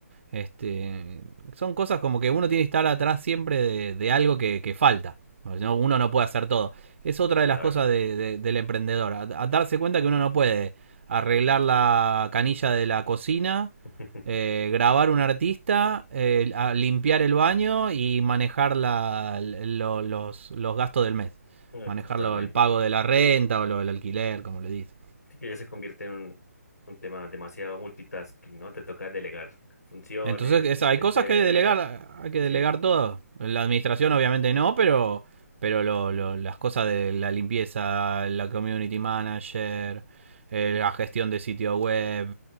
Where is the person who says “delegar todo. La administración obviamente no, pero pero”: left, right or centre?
Right